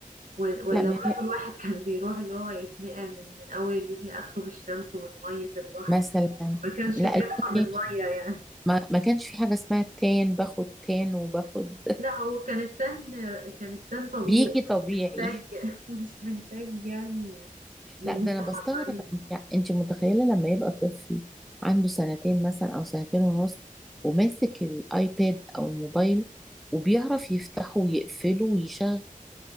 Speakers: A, on the right; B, in the centre.
A: و- ولا
B: لا ما
A: برضو
B: هي
A: الواحد كان بيروح اللي هو يتنقع من من أول اليوم لآخره في الشمس والمية البحر
B: مثلا
A: ما كانش
B: لا
A: بيرحم
B: البنطي
A: المية يعني
B: <laughs> ما, ما كانش في حاجه اسمها تان باخد تان وباخد
A: لا هو كان التن كان التن طبيعي
B: بيجي
A: مش
B: طبيعي
A: محتاج <laughs> مش محتاج يعني
B: <laughs>
A: إنك
B: لا ده انا
A: تحضريه
B: بستغرب انت انت متخيله لما يبقى طفل عنده سنتين مثلا او سنتين ونص وماسك الايباد او الموبايل وبيعرف يفتحه ويقفله ويشغل